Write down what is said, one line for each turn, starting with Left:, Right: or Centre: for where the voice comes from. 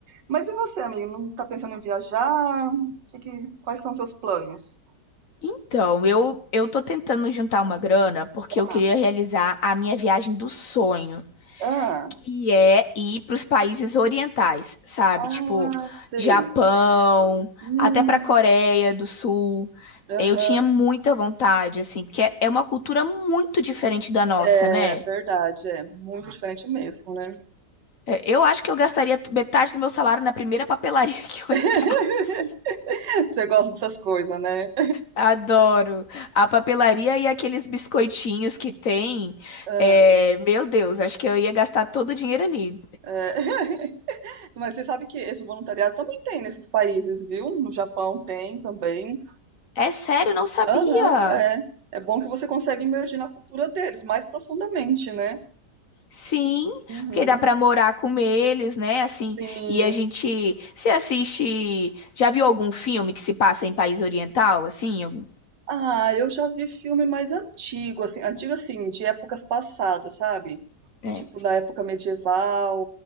Right: Mas e você, amigo? Não tá pensando em viajar? Que que- quais são os seus planos?
Left: Então, eu eu tô tentando juntar uma grana porque
Right: Ah,
Left: eu queria realizar a minha viagem dos sonhos.
Right: ah,
Left: que é ir para os países orientais, sabe?
Right: ah,
Left: Tipo,
Right: sei.
Left: Japão,
Right: Hum,
Left: até para Coreia do Sul.
Right: aham.
Left: Eu tinha muita vontade, assim, porque é é uma cultura muito diferente da nossa,
Right: É
Left: né?
Right: verdade, é muito diferente mesmo, né?
Left: É, Eu acho que eu gastaria t- metade do meu salário na primeira papelaria <laughs> que eu
Right: <laughs>
Left: entrasse.
Right: Você gosta dessas coisas, né?
Left: Adoro. A papelaria e aqueles biscoitinhos que tem.
Right: Ah,
Left: é, meu Deus, acho que eu ia gastar todo o dinheiro ali.
Right: é. <laughs> Mas você sabe que esse voluntariado também tem nesses países, viu? No Japão tem também.
Left: É sério, não sabia.
Right: Aham, é. É bom que você consegue imergir na cultura deles mais profundamente, né?
Left: Sim,
Right: Uhum.
Left: porque dá pra morar com eles, né? Assim,
Right: Sim.
Left: e a gente se assiste. Já viu algum filme que se passa em país oriental, assim? Algum-
Right: Ah, eu já vi filme mais antigo, assim, antigo assim, de épocas passadas, sabe?
Left: É.
Right: Tipo na época medieval.